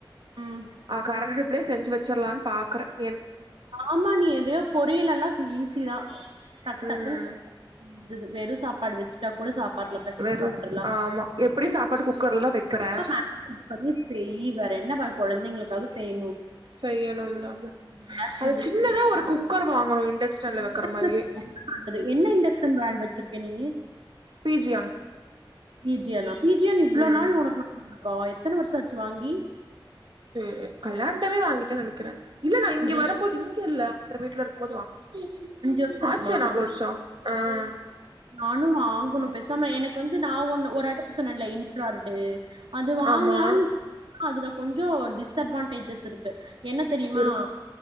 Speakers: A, on the right; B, on the right.
A: ம்
B: ஆஹ் கரண்ட் அடுப் லயே செஞ்சு வெச்சரலானு பாத் கரே
A: ஆமா நீ எதையோ பொரியல் எல்லாம் ஈஸிதான் டக்கு
B: ம்
A: டக்குனு வெந்துது வெரு சாப்பாடு வெச் ச்ட்டா கூட சாப்பாட்ல பெசஞ்சு
B: வெறு
A: சாப்டுறலாம்
B: ஸ் ஆமா எப்டி சாப்பாடு குக்கர்லதா
A: <inaudible>
B: வைக்கிறே
A: பண்ணி செய் வேற என்ன பண்ண கொழந்தைகளுக் காது செய்
B: செய்யணும்ல ஆமா
A: <unintelligible>
B: அது சின்னதா ஒரு குக்கர் வாங்கணு இண்டக்ஷன்ல வைக்கிற மாரியே
A: என்ன இண்டக்ஷன் ப்ராண்ட் வச்சிருக்கே நீ
B: பீஜியான்
A: பீஜியானா பீஜியான் இவ்ளோ
B: ம்
A: நாள் உனக்கு <unintelligible> க்கா எத்தன வருஷோ ஆச்சு வாங்கி
B: க்கு கல்யாண் <unintelligible> வாங்கிட்டேனு நெனைக்கறேன் இல்ல நா இங்க
A: அஞ்சு வருஷ
B: வரும்போது இங்க இல்ல <unintelligible> வீட்ல இருக்கும் போது வாங்கனே
A: வருஷம் இருக்குமா?
B: ஆச்சே நாலு வருஷம் ஆஹ்
A: நானும் வாங்கணும் பேசாம எனக்கு வந்து நான் ஒண்ணு ஒரு அடுப்பு சொன்னன்ல இன்ஃப்ரார்டு அது வாங்கலான்
B: ஆமா
A: அதுல கொஞ்சம் டிஸ்அட்வான்டேஜஸ் இருக்கு என்ன தெரியுமா
B: இருக்கு